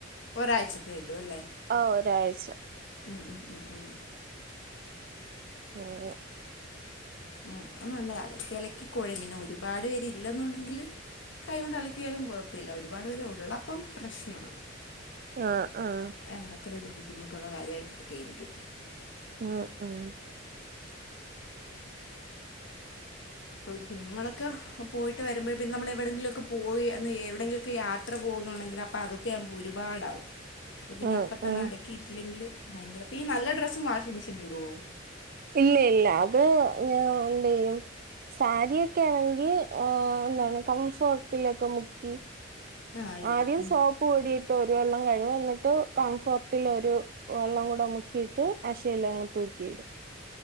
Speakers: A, on the left; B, on the right.
A: ഒരാഴ്ചത്തെ ഇടുവലെ
B: ആഹ് ഒരാഴ്ച
A: ഉം ഉം ഉം ഉം
B: ഉംമ്
A: ഉം അത് നല്ലതാ അലക്കി അലക്കി കൊഴയും പിന്നെ ഒരുപാട് പേര് ഇല്ലെന്നുണ്ടെങ്കില് കൈ കൊണ്ട് അലക്കിയാലും കുഴപ്പമില്ല ഒരുപാട് പേര് ഉള്ളപ്പം പ്രശ്നമാണ്
B: ആഹ് ആഹ്
A: അലക്കലൊരു ബുദ്ധിമുട്ടുള്ള കാര്യമായിട്ടിരിക്കയായിരിക്കും
B: ആഹ് ആഹ്
A: കുഞ്ഞുങ്ങളൊക്കെ പോയിട്ട് വരുമ്പോൾ പിന്നെ നമ്മൾ എവിടെയെങ്കിലുമൊക്കെ പോയിന്ന് എവിടെയെങ്കിലുമൊക്കെ യാത്ര യാത്ര പോകുന്നുണ്ടെങ്കിൽ അപ്പോ അതൊക്കെ ആകുമ്പോൾ ഒരുപാടാവും അത് പിന്നെ
B: ഉം
A: അപ്പ തന്നെ
B: ഉം
A: അലക്കിയിട്ടില്ലെങ്കിൽ ഭയങ്കര അപ്പ ഈ നല്ല ഡ്രസ്സും വാഷിംഗ് മെഷനില് ഇടുവോ
B: ഇല്ല ഇല്ല അത് ഞാന് എന്ത് ചെയ്യും സാരി ഒക്കെ ആണെങ്കിൽ എന്താണ് കംഫോർട്ടിലൊക്കെ മുക്കി
A: ആ ഇടും
B: ആദ്യം
A: ഉം
B: സോപ്പ് പൊടിയിട്ട് ഒരു വെള്ളം കഴുവും എന്നിട്ട് കംഫർട്ടിൽ ഒരു വെള്ളം കൂടെ മുക്കിയിട്ട് അശേൽ അങ്ങ് തൂക്കിയിടും